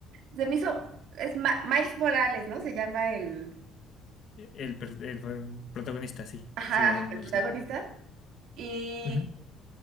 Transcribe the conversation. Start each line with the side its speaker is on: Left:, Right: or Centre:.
Right: Se me hizo, es Ma- Miles Morales, ¿no? Se llama el,
Left: El, per- el protagonista, sí,
Right: ajá,
Left: se llama Miles
Right: el protagonista.
Left: Morales.
Right: Y
Left: Ujú.